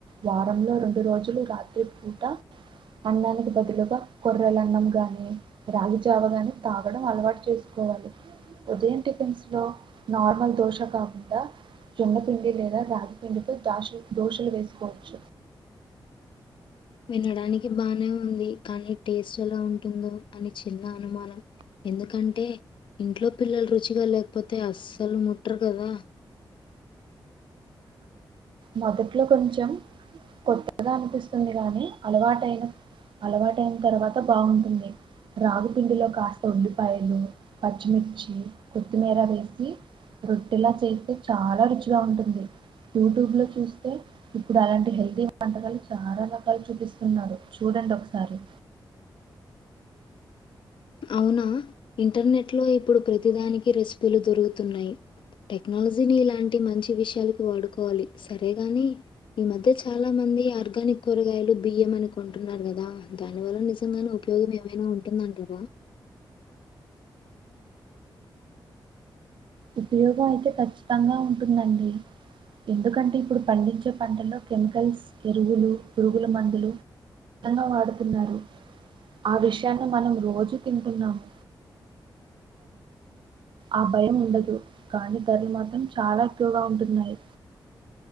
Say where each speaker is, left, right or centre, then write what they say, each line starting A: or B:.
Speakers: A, on the right (about 70°); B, on the left (about 70°).
A: వారంలో రెండు రోజులు రాత్రి పూట అన్నానికి బదులుగా కొర్రెల అన్నం గాని రాగి జావగాని తాగడం అలవాటు చేసుకోవాలి ఉదయం టిఫిన్స్ లో నార్మల్ దోశ కాకుండా జొన్నపిండి లేదా రాగిపిండితో దాష దోశలు వేసుకోవచ్చు
B: వినడానికి బానే ఉంది కానీ టేస్ట్ ఎలా ఉంటుందో అని చిన్న అనుమానం ఎందుకంటే ఇంట్లో పిల్లలు రుచిగా లేకపోతే అస్సలు ముట్టరు కదా
A: మొదట్లో కొంచెం కొత్తగా అనిపిస్తుంది గానీ అలవాటయిన అలవాటయిన తర్వాత బాగుంటుంది రాగుపిండిలో కాస్త ఉల్లిపాయలు పచ్చిమిర్చి కొత్తిమీర వేసి రొట్టలా చేస్తే చాలా రుచిగా ఉంటుంది యూట్యూబ్ లో చూస్తే ఇప్పుడు అలాంటి హెల్తీ వంటకాలు చాలా రకాలు చూపిస్తున్నారు చూడండి ఒకసారి
B: అవునా ఇంటర్నెట్లో ఇప్పుడు ప్రతిదానికి రెసిపీలు దొరుకుతున్నాయి టెక్నాలజీని ఇలాంటి మంచి విషయాలకు వాడుకోవాలి సరేగాని ఈ మధ్య చాలా మంది ఆర్గానిక్ కూరగాయలు బియ్యం అనికుంటున్నారు కదా దాని వల్ల నిజంగానే ఉపయోగం ఏమైనా ఉంటుందంటారా
A: ఉపయోగం అయితే ఖచ్చితంగా ఉంటుందండి ఎందుకంటే ఇప్పుడు పండించే పంటల్లో కెమికల్స్ ఎరువులు పురుగుల మందులు అన్నం వాడుతున్నారు ఆ విషయాన్ని మనం రోజూ తింటున్నాము ఆ భయము ఉండదు కానీ ధరలు మాత్రం చాలా ఎక్కువగా ఉంటున్నాయి